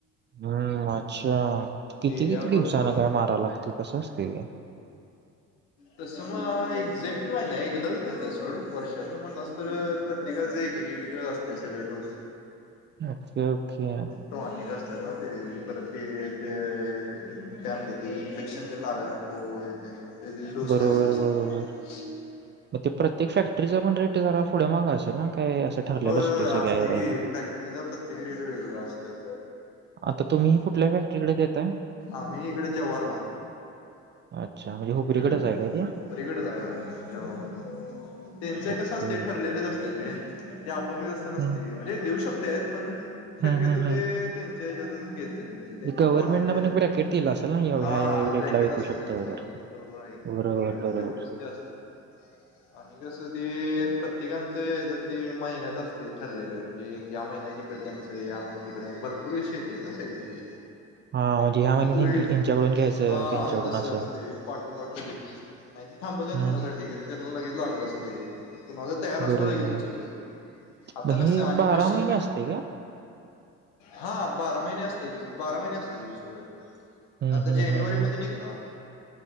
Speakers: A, on the right; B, on the left.
A: हम्म अच्छा, किती
B: एरिया
A: किती दिवसाला
B: भरपूर असतो.
A: काय माराव लागते कसं असते हे?
B: तस मग एक एक्झॅक्टली माहित नाही एकदाच देत्यात सोड वर्षातलं म्हणलास तर प्रत्येकाचं एकेक एकेक वेळ असते सगळं डोस,
A: ओके ओके
B: टाॅनीक असतात ना ते परत ते काय म्हणत्यात ते इन्फेक्शन तेन लागाय नको हे तेन. ते डोस
A: बरोबर
B: जास्त असत्यात.
A: बरोबर मग ते प्रत्येक फॅक्टरीचा पण रेट जरा पुढं माग असंल ना काय असं ठरलेलं
B: होय
A: असतो
B: होय
A: सगळ्या
B: असते
A: एरियाचा
B: की फॅक्टरीचा प्रत्येक रेट वेगवेगळा असत्यात.
A: आता तुम्ही कुठल्या फॅक्टरीकडे देत
B: आम्ही इकड जवाहरला
A: अच्छा म्हणजे हुपरीकडेच
B: इकड
A: आहे का ते?
B: हुपरीकडेच हाय होय जवाहर त्यांच एक
A: ओके.
B: कसं असतंय ठरलेलेच असते रे. ते आपण व्यवस्था नसते
A: हं,
B: म्हणजे देऊ शकतेत पण शक्यतो
A: हं, हं, हं.
B: ते त्यांचे घेत्यात म्हणजे त्यांच्या
A: गव्हर्नमेंटनं
B: भागात द्यायच्या
A: पण एक ब्रॅकेट दिलं असेल ना या
B: हा
A: ह्या ह्या रेटला
B: ब्रॅन्केट
A: विकू
B: असते
A: शकता
B: त्यांचा
A: वगैरे.
B: बरोबर आहे
A: बरोबर,
B: ठरावीक.
A: बरोबर.
B: तेवढच असतय आणि कसं. ते प्रत्येकांचं हेज ते महिन्याच असते ठरलेलं म्हणजे, या महिन्यात हिकड जायचंय त्यां महिन्यात तिकडे भरपूर विषय येत्यात हा सगळ्यांचे
A: हां म्हणजे ह्या महिन्यात
B: लगेच
A: ह्या ह्यांच्याकडून घ्यायचं
B: हा
A: त्यांच्याकडून
B: तस
A: असं.
B: असते पार्ट टू पार्ट लगेच, आणि ते थांबत नाहीत,
A: हं.
B: कुणासाठी त्यांना लगेच लागत असते. माझ तयार असल
A: बरोबर.
B: की लगेच उचलत्यात आता
A: मग
B: कसं
A: हे
B: आणि मशीन
A: महिने असते का?
B: हा बारा महिने असत. बारा महिने असतात ऊस वगैरे
A: हं,
B: आता
A: हं,
B: जानेवारी
A: हं, हं.
B: मध्ये निघणार.